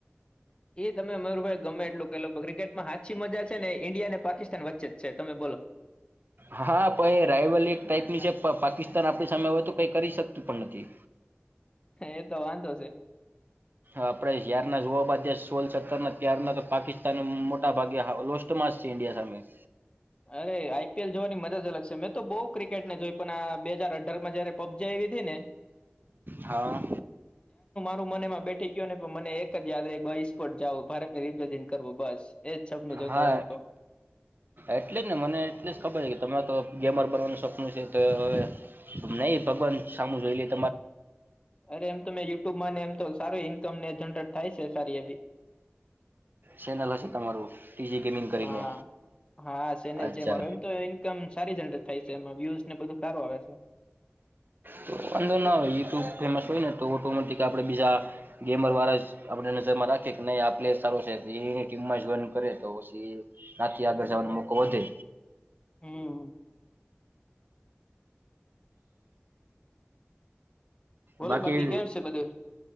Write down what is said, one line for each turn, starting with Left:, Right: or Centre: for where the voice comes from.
Left: એ તમે મયુરભાઈ ગમે એટલું કેહેલો ક્રિકેટમાં હાછી મજા ને ઇન્ડિયા ને પાકિસ્તાન વચ્ચે જ છે તમે બોલો
Right: હા પણ એ રાયવલ એક ટાઈપની છે પ- પાકિસ્તાન આપણી સામે હોય તો કઈ કરી શકતું પણ નથી.
Left: એતો વાંધો છે.
Right: આપણે હયારના જોવા બાદ સોલ સત્તરના ત્યારના પાકિસ્તાન મોટાભાગે લોસ્ટ માસ્ છે ઇડિયા સામે
Left: અરે આઈપીએલ જોવાની મજા જ અલગ છે મેં તો બઉ ક્રિકેટ ને જોઈ પણ આ બે હાજર અઢાર માં જય પબજી આવી હતી ને
Right: હા
Left: મનેમાં બેઠી ગયો ને મને એક જ યાદસ્પોટ જવો ભારત ને રિપ્રેઝેન્ટ કરવું બસ એજ શબ્દ ન જોતો
Right: હા
Left: હોય હું તો
Right: એટલે જ ને મને એટલે જ ખબર છે કે તમે તો ગેમર બનવાનું સપનું છે. તો હવે નહી ભગવાન સામું જોઈ લીધ
Left: અરે એમ તમે યુટ્યુબમાં ને એમ તો સારું ઇન્કમ ને જનરેટ થાય છે સારી એવી
Right: સેનલ હશે તમારું સ્મિંગ કરીને
Left: હા હા ચેનલ
Right: અચ્છા
Left: છે મારો એમ તો ઈન્કમ સારી જનરેટ થાય છે એ વ્યુઝને બધું સારું આવે છે <inaudible>
Right: તો અંધો ના હોઈ તું ફેમસ હોય ને તો ઓટોમેટિક આપણે બીજા ગેમર વાળા જ આપણે નજરમાં રાખીએ નહી આ પ્લેયર સારો છે એની ટીમમાં જ વન કરે તો પછી રાત આગળ જવાનો મોકો વધે
Left: હમ બોલો
Right: બાકી
Left: કેમ છે બધું